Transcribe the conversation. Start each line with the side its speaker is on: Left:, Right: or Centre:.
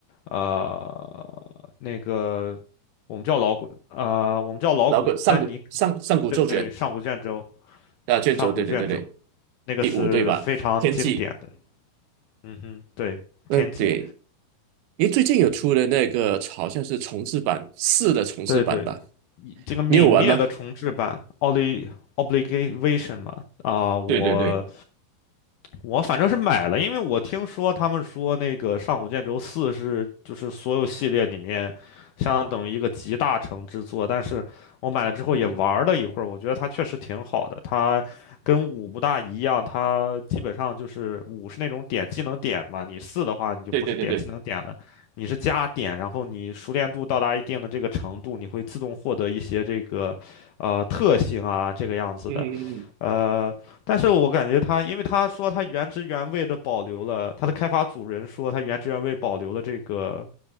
Left: 呃，那个我们叫老滚，呃，我们叫老滚，
Right: 老古上古上上古咒卷
Left: 但你对上古卷轴，
Right: 啊卷轴，
Left: 上古卷轴
Right: 对对对对，
Left: 那个是非常经典的，
Right: 第五对吧？天际，
Left: 嗯哼，对，
Right: 嗯对，
Left: 天际，
Right: 诶，最近有出了那个好像是重制版四的重制版吧？
Left: 对对，以这个泯灭的重制版
Right: 你有玩吗？
Left: o l i Obligation 嘛，啊、我
Right: 对对对。
Left: 我反正是买了，因为我听说他们说那个上古卷轴四是就是所有系列里面相当等于一个集大成之作，但是我买了之后也玩了一会儿，
Right: 嗯嗯，
Left: 我觉得它确实挺好的。它跟五不大一样，它基本上就是五是那种点技能点嘛，你四的话你就不是点技能点了，
Right: 对对对对，
Left: 你是加点，然后你熟练度到达一定的这个程度，你会自动获得一些这个呃特性啊这个样子的。
Right: 嗯嗯嗯，
Left: 呃，但是我感觉它，因为他说他原汁原味的保留了，他的开发组人说他原汁原味保留了这个